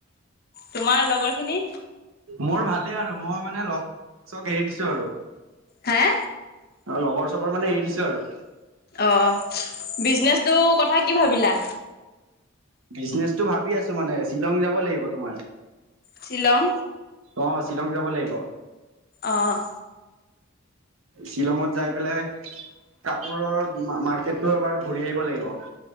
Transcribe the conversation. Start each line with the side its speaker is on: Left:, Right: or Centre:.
Left: তোমাৰ লগৰ খিনি
Right: মোৰ ভালেই আৰু মই মানে লগ চক এৰি দিছোঁ আৰু।
Left: হা
Right: অ', লগৰ চগৰ মানে এৰি দিছোঁ আৰু।
Left: অ', বিজনেচটো কথা কি ভাবিলা?
Right: বিজনেছটো ভাবি আছো মানে, শ্বিলং যাব লাগিব তোমাৰ।
Left: শ্বিলং।
Right: অ', শ্বিলং যাব লাগিব।
Left: অ'।
Right: শ্বিলঙত যাই পেলাই কাপোৰৰ মাৰ্কেটটো এবাৰ ঘূৰি আহিব লাগিব।